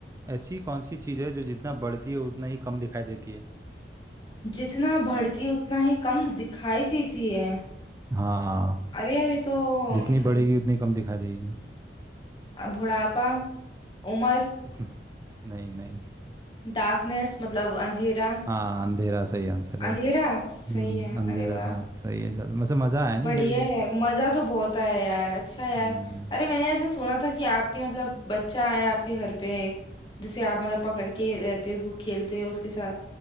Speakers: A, on the right; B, on the left.
A: ऐसी कौन सी चीज़ है जो जितना बढ़ती है उतना ही कम दिखाई देती है
B: जितना बढ़ती है उतना ही कम दिखाई देती है
A: हाँ
B: अरे यार ये तो
A: जितनी
B: अम,
A: बढ़ेगी उतनी कम दिखाई देगी
B: अ, बुढ़ापा उम्र
A: <laughs> नहीं नहीं
B: डार्कनेस मतलब अंधेरा
A: हाँ अंधेरा सही आंसर है
B: अंधेरा सही
A: हम्म,
B: है
A: अंधेरा
B: अरे वाह
A: था सही है चल वैसे मज़ा आया नहीं
B: बढ़िया
A: खेल के
B: है यार मजा तो बहुत आया यार अच्छा यार
A: हम्म
B: अरे मैंने ऐसा सुना था कि आपके मतलब बच्चा आया आपके घर पे एक जिसे आप मतलब पकड़ के रहते हो खेलते हो उसके साथ